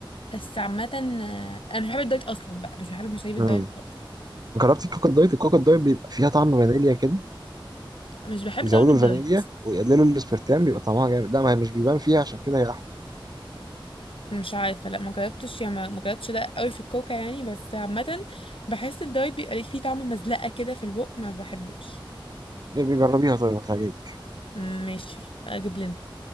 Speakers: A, on the left; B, on the right.
A: بس عامة آه، أنا مش بحب الدايت أصلا بقى مش بحب مشاريب الدايت
B: امم
A: خالص
B: جربتي الكوكا الدايت الكوكا الدايت بيبقى فيها طعم فانيليا كده
A: مش بحب
B: يزودوا
A: طعم الدايت
B: الفانيليا ويقللوا الاسبرتام بيبقى طعمها جامد لا ما هي مش بيبان فيها عشان كده هي احلى
A: مش عارفة لا ما جربتش يعني ما ما جربتش ده قوي في الكوكا يعني بس عامة بحس الدايت بيبقى ليه فيه طعم مزلقة كده في البق ما بحبوش
B: ليه؟ بيجربيها طيب هتعجبك
A: مم، ماشي يبقى أجيب لنا